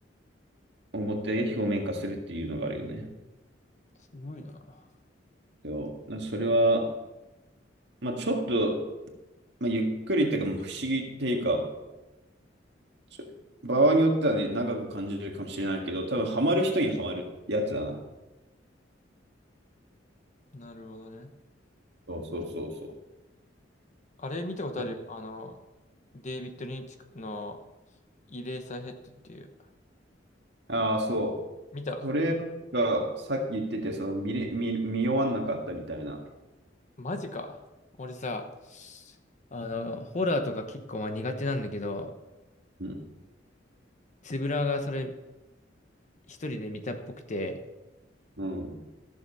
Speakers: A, on the right (about 65°); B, on the left (about 40°).
A: あ、表、表面化するっていうのがあるよね。
B: すごいな。
A: そう。なそれは、まあ、ちょっと、まあ、ゆっくりっていうか、もう不思議っていうか、ちょ場合によってはね、長く感じるかもしれないけど、多分ハマる人にはまるやつだな。
B: なるほどね。
A: そうそうそうそ
B: あれ見たことあるあの、
A: う。
B: デイビッド・リンチのイレーサーヘッドっていう。
A: ああー、そう。
B: 見た
A: それがさっき言ってて、その見れ、見、見終わんなかったみたいな。
B: マジか。俺さ、あの、ホラーとか結構まあ苦手なんだけど、
A: うん。
B: つぶらがそれ一人で見たっぽくて、
A: うん。